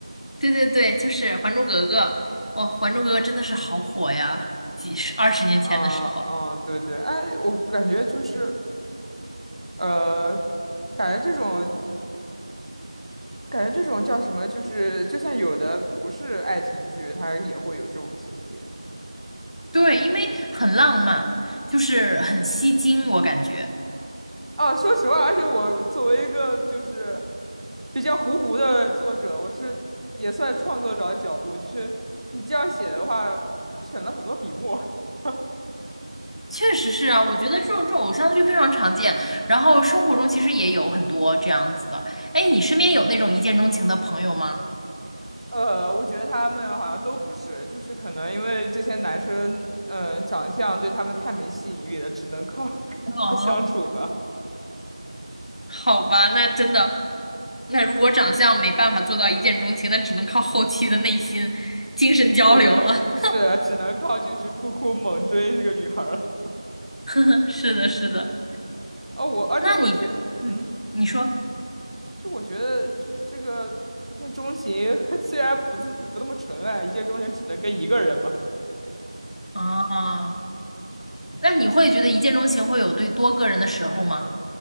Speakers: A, on the left (about 75°); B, on the right (about 75°).
A: 对对对，就是《还珠格格》，哇，《还珠格格》真的是好火呀，几十二十年前的时候。
B: 啊、嗯，对对，哎，我感觉就是呃，感觉这种感觉这种叫什么，就是就算有的不是爱情剧，它也会有这种情节。
A: 对，因为很浪漫，就是很吸睛，我感觉
B: 啊，说实话，而且我作为一个就是比较糊糊的作者，我是也算创作者的角度，就是你这样写的话，省了很多笔墨。<laughs>
A: 确实是啊。我觉得这种这种偶像剧非常常见，然后生活中其实也有很多这样子的。哎，你身边有那种一见钟情的朋友吗？
B: 呃，我觉得他们好像都不是，就是可能因为这些男生，嗯、长相对他们太没吸引力了，只能靠 <laughs> 跟他相处吧。
A: 哦，<laughs> 好吧，那真的，那如果长相没办法做到一见钟情，那只能靠后期的内心精神交流了。
B: <laughs> 是的，是的只能靠就是酷酷猛追这个女孩儿了。
A: <laughs> 是的，是的。
B: 哦，我而且我觉得，
A: 那你觉，嗯，
B: 嗯嗯。
A: 你说，
B: 就我觉得，就是这个一见钟情，<laughs> 虽然不自不那么纯爱，一见钟情只能跟一个人嘛。
A: 啊，那你会觉得一见钟情会有对多个人的时候吗？